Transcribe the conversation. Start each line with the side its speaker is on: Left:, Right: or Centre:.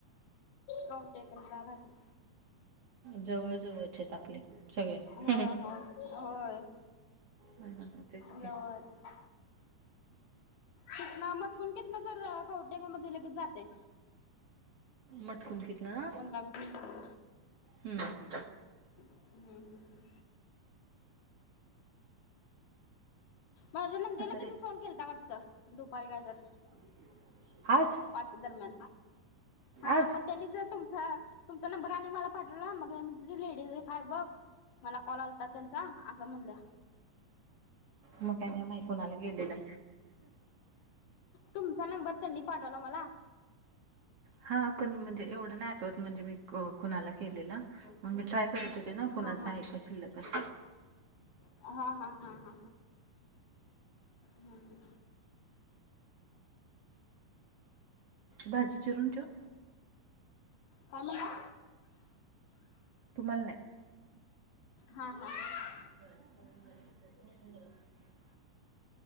Left: कवटेपनला राहत.
Right: जवळ, जवळ चे तं आपले. सगळे
Left: वह हा होय
Right: हा तेच की
Left: जावळ च. तिथना मधून घेतलं तर कौट्यांंमा मध्ये लगेच जातय.
Right: मटकून तिथंन ना
Left: पंधरा वीस मिनिटांमध्ये
Right: हूं हूं!
Left: हूं हूं! माझ्या नंदेला
Right: म्हातारे
Left: तुम्ही फोन केलता वाटतं, दुपारी कायतरी.
Right: <unintelligible> आज
Left: पाच च्यां दरम्यान हा
Right: आज
Left: म त्यांनीचय तुम हा तुमचा नंबर आणि मला पाठवला मग म्हतली लेडीज हे काय बघ. मला कॉल आलतां त्यांचा असं म्हणल्या.
Right: म काही नाही माय कुणाला गेलेलं.
Left: तुमचा नंबर त्यांनी पाठवला मला.
Right: हा पण म्हणजे एवढं नाही आठवत म्हणजे मी कुणाला केलेला, मंग मी ट्राय करत ते ना कोणाचा
Left: हा
Right: आहे का शिल्लक अस.
Left: हा हा हा हा हा हूं हूं!
Right: भाजी चिरून ठेवू?
Left: काय म्हनला?
Right: तुम्हाल नाही.
Left: हा हा!
Right: <unintelligible>